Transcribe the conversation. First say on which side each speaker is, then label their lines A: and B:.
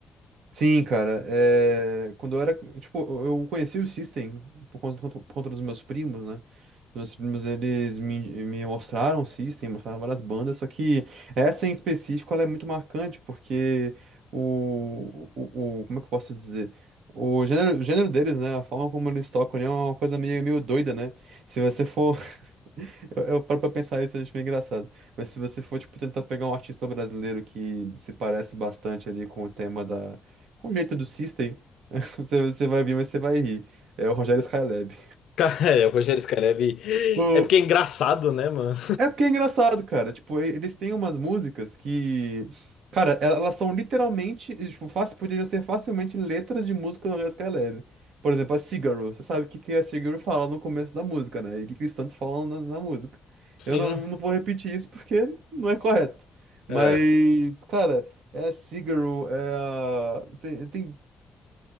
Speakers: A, on the right; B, on the left.
A: Sim, cara, é... quando eu era, tipo, eu eu conheci o System por conta, por conta dos meus primos, né? Os meus primos, eles me, me mostraram o System, mostraram várias bandas, só que essa em específico, ela é muito marcante, porque o, o, o- como é que eu posso dizer? O gênero, o gênero deles, né? A forma como eles tocam ali é uma coisa meio, meio doida, né? Se você for eu, eu paro pra pensar isso, eu acho meio engraçado. Mas se você for, tipo, tentar pegar um artista brasileiro que se parece bastante ali com o tema da... com o jeito do System, <laughs> você, você vai ouvir, mas você vai rir. É o Rogério Skylab.
B: Cara, é, o Rogério Skylab
A: O,
B: é porque é engraçado, né, mano?
A: É porque é engraçado, cara. Tipo, e- eles têm umas músicas que. Cara, elas são literalmente. Tipo, fácil, poderiam ser facilmente letras de música do Jessica Alba. Por exemplo, a Cigarro. Você sabe o que, que a Cigarro fala no começo da música, né? E o que, que eles tanto falam na, na música.
B: Sim.
A: Eu não, não vou repetir isso porque não é correto.
B: É.
A: Mas, cara, é a Cigarro, é a. Tem, tem